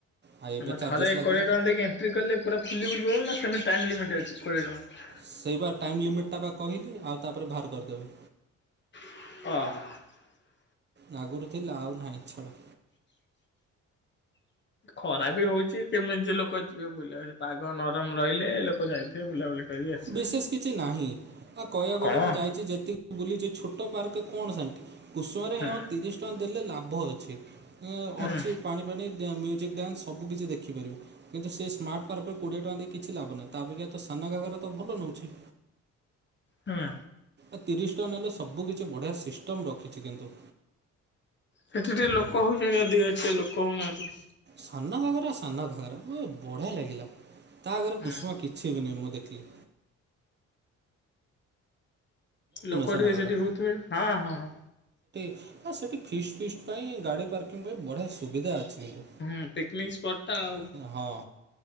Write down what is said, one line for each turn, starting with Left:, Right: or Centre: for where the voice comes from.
Right: ଆଉ ଏବେ
Left: ଆମ
Right: ଚାର୍ଜେସ୍
Left: ଥରେ
Right: ଲାଗିବ
Left: କ ଟା ଦେଇକି ଏଣ୍ଟ୍ରି କଲେ ପୁରା ଫୁଲି ବୁଲି ଅଇଲ ସେମେ ଟାଇମ୍ ଲିମିଟ ଅଛି କୋଡିଏ ଟଙ୍କା।
Right: ସେଇ ବା ଟାଇମ୍ ଲିମିଟ୍ଟା ବା କହିଲି ଆଉ ତାପରେ ବାହାର କରିଦେବେ।
Left: ଓହଁ
Right: ନାଗରୁ ଲାଉ ନାହିଁ ଛାଡ଼।
Left: ଖରା ବି ହଉଛି କେମିତି ଲୋକ ଯିବେ ବୁଲା ବୁଲି ପାଗ ନରମ ରହିଲେ ଲୋକ ଯାଇଥିବେ ବୁଲାବୁଲି କରିକି ଆସିବେ।
Right: ବିଶେଷ କିଛି ନାହିଁ ହଁ କହିଆକୁ ଗଲେ
Left: କଣ
Right: ମୁଁ ଯାଇଛି ଯେତିକି ବୁଲିଛି ଛୋଟ ପାର୍କ କଣ ଶାନ୍ତି କୁସୁମା ରେ
Left: ହୁଁ
Right: ହଁ ତିରିଶ ଟଙ୍କା ଦେଲେ ଲାଭ ବହୁତ ଅଛିି। ଏ
Left: ହୁଁ
Right: ଅଛି ପାଣି ଫାଣି ମ୍ୟୁଜିକ୍ ଡ୍ୟାନ୍ସ ସବୁ କିଛି ଦେଖ ଦେଖିପାରିବୁ କିନ୍ତୁ ସେ ସ୍ମାର୍ଟ ପାର୍କରେ କୋଡିଏ ଟଙ୍କା ଦେଇ କିଛି ଲାଭ ନାହିଁ ତା ଅପେକ୍ଷା ତ ସାନ ଘାଗରା ତ ତ ଭଲ ନଉଛି।
Left: ହୁଁ।
Right: ଆ ତିରିଶ ଟଙ୍କା ନେଲେ ସବୁ କିଛି ବଢ଼ିଆ ସିଷ୍ଟମ୍ ରଖିଛି କିନ୍ତୁ
Left: ସେଠି ଟିକେ ଲୋକ ହଉଛନ୍ତି ଅଧିକ ଏ ସେ ଲୋକ ହଉନାହାଁନ୍ତି।
Right: ସାନ ଘାଗରା ସାନ ଘାଗରା ଓ ବଢ଼ିଆ ଲାଗିଲା। ତା ଆଗରେ
Left: ହୁଁ
Right: କୁସୁମା କିଛି ବି ନୁହେଁ ମୁଁ ଦେଖି ଥିଲି।
Left: ଲୋକ
Right: ସାନଘାଗରା?
Left: ଟିକେ ସେଠି ହଉଥିବେ ହଁ ହଁ ହଁ।
Right: ଏ ସେଠି ଫିଷ୍ଟ୍ ଫିଷ୍ଟ୍ ପାଇଁ ଗାଡ଼ି ପାର୍କିଂ ପାଇଁ ବଢ଼ିଆ ସୁବିଧା ଅଛି କିନ୍ତୁ
Left: ହୁଁ ପିକନିକ ସ୍ପଟ ଟା ଆଉ।
Right: ହଁ।